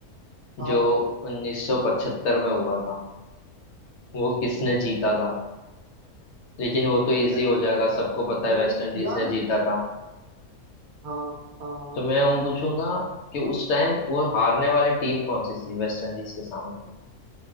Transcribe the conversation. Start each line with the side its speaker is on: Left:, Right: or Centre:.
Right: हाँ
Left: जो 1975 में हुआ था वो किसने जीता था लेकिन वो तो इजी
Right: क-
Left: हो जाएगा सबको पता है
Right: उन
Left: वेस्ट इंडीज
Right: यार
Left: ने जीता था
Right: हाँ हाँ हाँ
Left: तो मैं हूँ पूछूंगा कि उस टाइम वो हारने वाली टीम कौन सी थी वेस्ट इंडीज के सामने